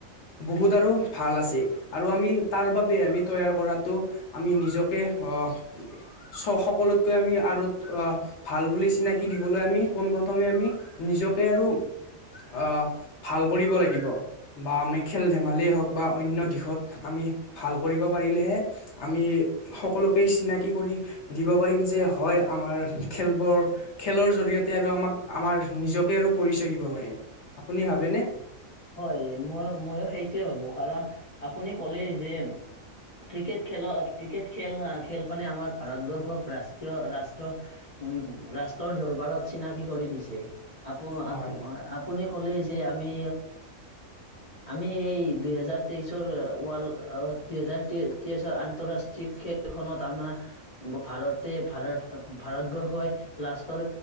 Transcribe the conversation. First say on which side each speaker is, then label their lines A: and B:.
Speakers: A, on the left; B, on the left.
A: বহুত আৰু ভাল আছে আৰু আমি তাৰ বাবে আমি তৈয়াৰ কৰাটো আমি নিজকে অঁ চ সকলোতকৈ আমি আৰু আহ ভাল বুলি চিনাকি দিবলৈ আমি পোন প্ৰ্থমে আমি নিজকে আৰু আঁহ ভাল কৰিব লাগিব। বা আমি খেল ধেমালিয় হওক বা অনন্য দিশত। আমি ভাল কৰিব পাৰিলেহে, আমি সকলোকেই চিনাকি কৰি দিব পাৰিম যে। হয় আমাৰ খেলবোৰ খেলৰ জৰিয়তে আৰু আমাক আমাৰ নিজকে আৰু পৰিচয় দিব পাৰে আপুনি ভাবেনে?
B: হয় মই মইয়ো সেইটোৱে ভাবো কাৰণ আপুনি ক'লে যে ক্ৰিকেট খেলত ক্ৰিকেট খেল খেলখনে আমাৰ ভাৰতবৰ্ষক ৰাষ্ট্ৰীয় ৰাষ্ট্ৰীয় উম উম ৰাষ্টৰ দৰবাৰত চিনাকি কৰি দিছে। আপু
A: হয়
B: আপু আপুনি ক'লেই যে আমি আমি সেই দুহেজাৰ তেইশৰ ৱাল দুহেজাৰ যে তেইছৰ আন্তৰাষ্ট্ৰীয় খেলখনত আমাৰ ভাৰতে ভাৰত ভাৰতবৰ্ষই লা লাষ্টৰ